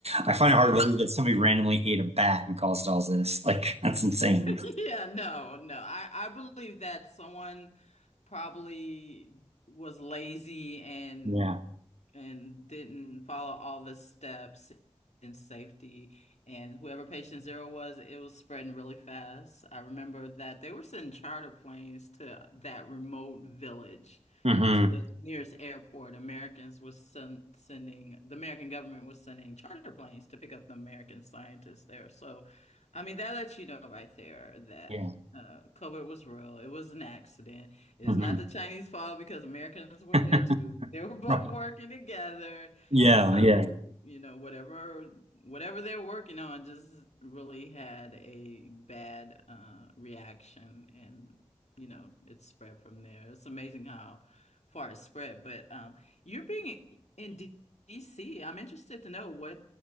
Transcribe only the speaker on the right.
I find
it hard to believe that somebody randomly ate a bat and caused all this. Like, <laughs> that's insane.
Yeah.
hmm
Yeah.
hmm
<laughs>
Right.
Yeah,
yeah.